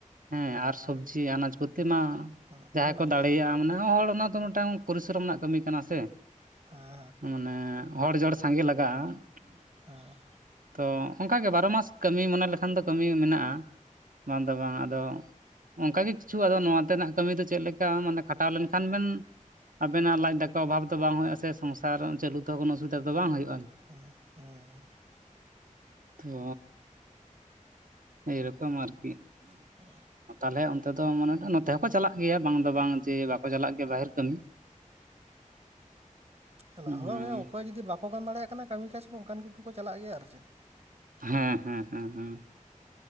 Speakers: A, on the right; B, on the right.
A: ᱦᱮᱸ ᱟᱨ ᱥᱚᱵᱽᱡᱤ ᱟᱱᱟᱡᱽᱯᱟᱹᱛᱤ ᱢᱟ,
B: ᱦᱮᱸ
A: ᱡᱟᱦᱟᱸ
B: ᱢᱮᱱᱟᱜ
A: ᱠᱚ
B: ᱜᱮᱭᱟ
A: ᱫᱟᱲᱮᱭᱟᱜᱼᱟ
B: ᱚᱱᱟ
A: ᱢᱟᱱᱮ ᱦᱚᱲ ᱚᱱᱟ ᱫᱚ ᱢᱤᱫᱴᱟᱝ ᱯᱚᱨᱤᱥᱨᱚᱢ ᱨᱮᱱᱟᱜ ᱠᱟᱹᱢᱤ ᱠᱟᱱᱟ ᱥᱮ।
B: ᱦᱮᱸ
A: ᱢᱟᱱᱮ ᱦᱚᱲ ᱡᱚᱲ ᱥᱟᱸᱜᱮ ᱞᱟᱜᱟᱜᱼᱟ।
B: <unintelligible>
A: ᱛᱚ ᱚᱱᱠᱟᱜᱮ ᱵᱟᱨᱚ ᱢᱟᱥ ᱠᱟᱹᱢᱤ ᱢᱚᱱᱮ ᱞᱮᱠᱷᱟᱱ ᱫᱚ ᱠᱟᱹᱢᱤ ᱢᱮᱱᱟᱜᱼᱟ। ᱵᱟᱝ ᱫᱚ ᱵᱟᱝ ᱟᱫᱚ ᱚᱱᱠᱟᱜᱮ ᱠᱤᱪᱷᱩ ᱟᱫᱚ ᱱᱚᱣᱟ ᱛᱮᱱᱟᱜ ᱠᱟᱹᱢᱤ ᱫᱚ ᱪᱮᱫᱞᱮᱠᱟ ᱢᱟᱱᱮ ᱠᱷᱟᱴᱟᱣ ᱞᱮᱱᱠᱷᱟᱱ ᱵᱮᱱ ᱟᱵᱮᱱᱟᱜ ᱞᱟᱡ ᱫᱟᱠᱟ ᱚᱵᱷᱟᱵ ᱫᱚ ᱵᱟᱝ ᱦᱩᱭᱩᱜᱼᱟ ᱥᱮ ᱥᱚᱝᱥᱟᱨ ᱪᱞᱩ ᱛᱮᱦᱚᱸ ᱠᱚᱱᱳ ᱚᱥᱵᱤᱫᱷᱟ ᱫᱚ ᱵᱟᱝ ᱦᱩᱭᱩᱜᱼᱟ।
B: <unintelligible>
A: ᱛᱚ ᱮᱨᱚᱠᱚᱢ ᱟᱨᱠᱤ।
B: <inaudible>
A: ᱛᱟᱦᱚᱞᱮ ᱚᱱᱛᱮ ᱫᱚ ᱢᱟᱱᱮ ᱫᱚ ᱛᱮ ᱦᱚᱸᱠᱚ ᱪᱟᱞᱟᱜ ᱜᱮᱭᱟ ᱵᱟᱝ ᱫᱚ ᱵᱟᱝ ᱡᱮ ᱵᱟᱠᱚ ᱪᱟᱞᱟᱜ ᱜᱮᱭᱟ ᱵᱟᱦᱮᱨᱮ ᱠᱟᱹᱢᱤ,
B: ᱪᱟᱞᱟᱜ
A: ᱦᱩᱸ,
B: ᱦᱚᱨ ᱨᱮ ᱚᱠᱟ ᱠᱚ ᱜᱟᱱ ᱫᱟᱲᱮᱭᱟᱜ ᱠᱟᱱᱟ ᱠᱟᱹᱢᱤ ᱠᱟᱡᱽ ᱠᱚ ᱚᱱᱠᱟᱱ ᱠᱚᱪᱠᱚ ᱪᱟᱞᱟᱜ ᱜᱮᱭᱟ ᱟᱨ ᱪᱮᱫ।
A: ᱦᱮᱸ ᱦᱮᱸ ᱦᱮᱸ ᱦᱮᱸ,